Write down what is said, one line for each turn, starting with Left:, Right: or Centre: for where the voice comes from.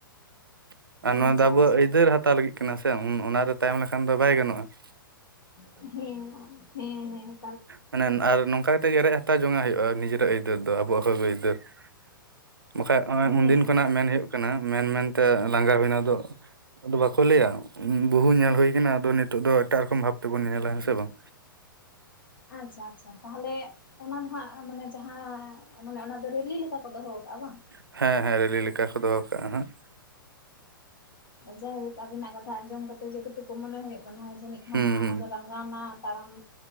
Right: ᱾ ᱟᱨ ᱱᱚᱣᱟ
Left: ᱟᱪᱪᱷᱟ
Right: ᱫᱚ ᱟᱵᱚᱣᱟᱜ
Left: ᱟᱪᱪᱷᱟ
Right: ᱟᱹᱭᱫᱟᱹᱨ ᱦᱟᱛᱟᱣ ᱞᱟᱹᱜᱤᱫ ᱠᱟᱱᱟ ᱥᱮ ᱾ ᱚᱱᱟᱨᱮ ᱛᱟᱭᱚᱢ ᱞᱮᱠᱷᱟᱱ ᱫᱚ ᱵᱟᱭ ᱜᱟᱱᱚᱜᱼᱟ ᱾
Left: ᱦᱮᱸ ᱦᱮᱸ ᱦᱮᱸ ᱾
Right: ᱢᱟᱱᱮ ᱟᱨ ᱱᱚᱝᱠᱟ ᱠᱟᱛᱮᱜ ᱜᱮ ᱨᱮᱡ ᱦᱟᱛᱟᱣ ᱡᱚᱝᱟᱜ ᱦᱩᱭᱩᱜᱼᱟ ᱱᱤᱡᱮᱨᱟᱜ ᱟᱹᱭᱫᱟᱹᱨ ᱫᱚ ᱟᱵᱚᱣᱟᱜ ᱦᱚᱜ ᱟᱹᱭᱫᱟᱹᱨ ᱾ ᱵᱟᱠᱷᱟᱡ ᱱᱚᱜᱼᱚᱭ
Left: ᱦᱮᱸ
Right: ᱩᱱᱫᱤᱱ ᱠᱷᱚᱱᱟᱜ ᱢᱮᱱ ᱦᱩᱭᱩᱜ ᱠᱟᱱᱟ ᱢᱮᱱ ᱢᱮᱱᱛᱮ ᱞᱟᱸᱜᱟ ᱦᱩᱭᱱᱟ ᱟᱫᱚ ᱟᱫᱚ ᱵᱟᱠᱚ ᱞᱟᱹᱭᱟ ᱵᱩᱦᱩ ᱧᱮᱞ ᱦᱩᱭ ᱠᱟᱱᱟ ᱟᱫᱚ ᱱᱤᱛᱚᱜ ᱫᱚ ᱮᱴᱟᱜ ᱨᱚᱠᱚᱢ ᱵᱷᱟᱵ ᱛᱮᱵᱚᱱ ᱧᱮᱞᱟ ᱦᱮᱸ ᱥᱮ ᱵᱟᱝ?
Left: ᱟᱪᱪᱷᱟ ᱟᱪᱪᱷᱟ, ᱛᱟᱦᱚᱞᱮ ᱚᱱᱟ ᱢᱟᱦᱟᱸᱜ ᱢᱟᱱᱮ ᱡᱟᱦᱟᱸ ᱢᱟᱱᱮ ᱚᱱᱟ ᱫᱚ ᱨᱮᱞᱤ ᱞᱮᱠᱟ ᱠᱚ ᱫᱚᱦᱚ ᱠᱟᱜᱼᱟ ᱵᱟᱝ?
Right: ᱦᱮᱸ ᱦᱮᱸ ᱨᱮᱞᱤ ᱞᱮᱠᱟ ᱠᱚ ᱫᱚᱦᱚ ᱠᱟᱜᱼᱟ ᱱᱟᱦᱟᱜ᱾
Left: ᱡᱟᱭᱦᱳᱠ ᱟᱵᱤᱱᱟᱜ ᱠᱟᱛᱷᱟ ᱟᱸᱡᱚᱢ ᱠᱟᱛᱮᱜ ᱡᱚᱛᱚ ᱴᱩᱠᱩ ᱢᱚᱱᱮ ᱦᱩᱭᱩᱜ ᱠᱟᱱᱟ ᱡᱟᱹᱱᱤᱡ ᱠᱷᱟᱱ
Right: ᱦᱩᱸ
Left: ᱦᱟᱸᱜ
Right: ᱦᱩᱸ
Left: ᱚᱱᱟ ᱫᱚ ᱨᱟᱸᱜᱟᱣᱱᱟ ᱛᱟᱲᱟᱢ